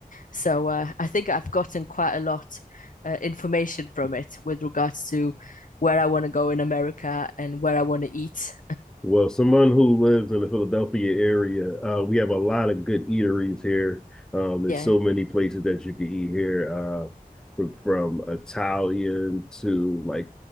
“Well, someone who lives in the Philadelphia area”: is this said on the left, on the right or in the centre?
Centre